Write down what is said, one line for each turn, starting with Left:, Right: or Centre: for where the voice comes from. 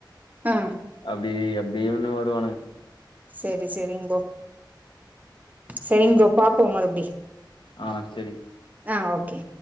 Right: ஆ.
Left: அப்டி அப்டினு வருவானு
Right: செரி செரிங் போ செரிங் ப்ரோ பாப்போ மறுபடி
Left: ஆஹ் செரி
Right: ஆஹ் ஓகே